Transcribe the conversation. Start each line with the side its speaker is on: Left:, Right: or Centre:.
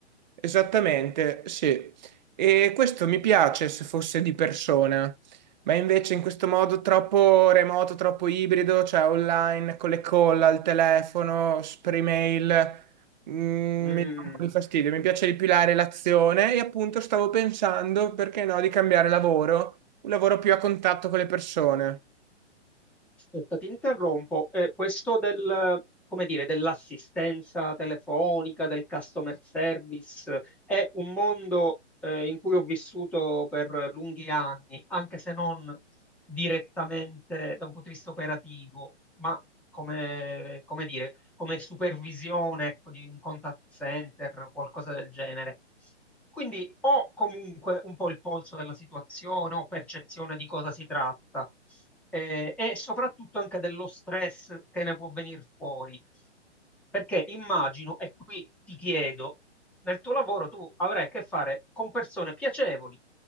Right: Esattamente, sì. E questo mi piace se fosse di persona, ma invece in questo modo troppo remoto, troppo ibrido, cioè online, con le call al telefono, per email, mm,
Centre: Mm,
Right: mi dà un po' di fastidio. Mi piace di più la relazione e appunto stavo pensando, perché no, di cambiare lavoro, un lavoro più a contatto con le persone.
Centre: aspetta, ti interrompo. Eh, questo del, come dire, dell'assistenza telefonica, del customer service, è un mondo, eh, in cui ho vissuto per lunghi anni, anche se non direttamente da un punto di vista operativo. Ma come, come dire, come supervisione, ecco, di un contact center o qualcosa del genere. Quindi ho comunque un po' il polso della situazione, ho percezione di cosa si tratta eh, e soprattutto anche dello stress che ne può venire fuori. Perché immagino, e qui ti chiedo, nel tuo lavoro tu avrai a che fare con persone piacevoli,